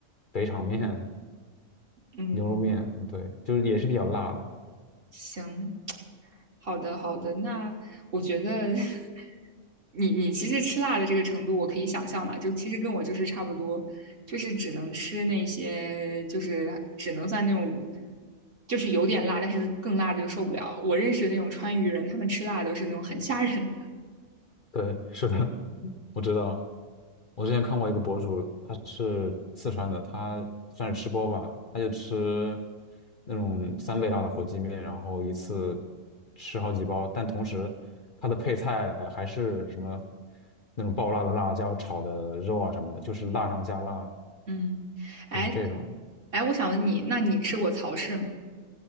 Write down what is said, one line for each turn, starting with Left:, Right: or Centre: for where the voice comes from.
Left: 肥肠面、
Right: 嗯，
Left: 牛肉面，嗯，对，就是也是比较辣的。
Right: 行，好的，好的。那我觉得 <laughs> 你你其实吃辣的这个程度，我可以想象了，就其实跟我就是差不多，就是只能吃那些，就是只能算那种，就是有点辣，但是更辣的就受不了。我认识的那种川渝人，他们吃辣都是那种很吓人的。
Left: 对，是的，我知道，我之前看过一个博主，他是四川的，他算是吃播吧，他就吃那种三倍辣的火鸡面，然后一次吃好几包，但同时他的配菜还是什么那种爆辣的辣椒炒的肉啊什么的，就是辣上加辣，
Right: 嗯，哎，
Left: 就是这种
Right: 哎，我想问你，那你吃过曹氏吗？